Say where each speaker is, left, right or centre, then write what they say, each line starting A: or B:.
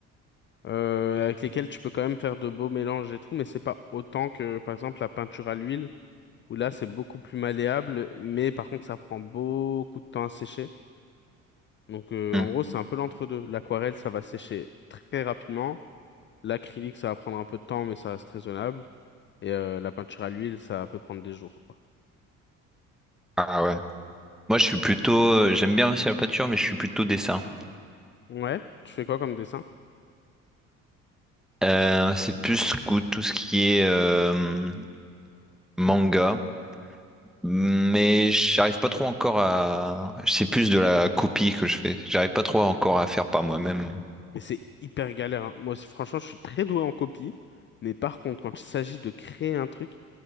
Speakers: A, on the left (about 30°); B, in the centre.
A: euh, avec lesquelles tu peux quand même faire de beaux mélanges et tout, mais c'est pas autant que, par exemple, la peinture à l'huile, où là, c'est beaucoup plus malléable, mais par contre, ça prend beaucoup de temps à sécher. Donc euh,
B: Hmm.
A: en gros, c'est un peu l'entre-deux. L'aquarelle, ça va sécher très rapidement. L'acrylique, ça va prendre un peu de temps, mais ça reste raisonnable. Et euh, la peinture à l'huile, ça peut prendre des jours, quoi.
B: Ah ouais. Moi, je suis plutôt, euh, j'aime bien aussi la peinture, mais je suis plutôt dessin.
A: Ouais, tu fais quoi comme dessin?
B: Euh, c'est plus goût- tout ce qui est euh, manga, mais j'arrive pas trop encore à. C'est plus de la copie que je fais. J'arrive pas trop encore à faire par moi-même.
A: Mais c'est hyper galère, hein. Moi aussi, franchement, je suis très doué en copie. Mais par contre, quand il s'agit de créer un truc,